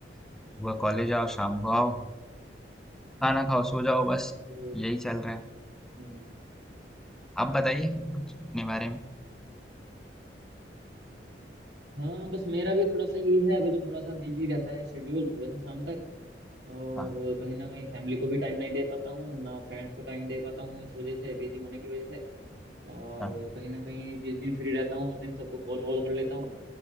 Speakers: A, in the centre; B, on the right.
A: सुबह कॉलेज आओ शाम को आओ खाना खाओ सो जाओ बस
B: ओके
A: यही चल रहा है
B: हम्म,
A: आप बताइए कुछ अपने बारे में
B: हाँ बस मेरा भी थोड़ा सा यही है अभी तो थोड़ा सा बिजी रहता है शेड्यूल सुबह से शाम तक और
A: हाँ
B: कहीं ना कहीं फैमिली को भी टाइम नहीं दे पाता हूँ ना फ्रेंड्स को टाइम दे पाता हूँ इस वजह से बिजी होने की वजह से और
A: हाँ
B: कहीं ना कहीं जिस दिन फ्री रहता हूँ उस दिन सबको कॉल वॉल कर लेता हूँ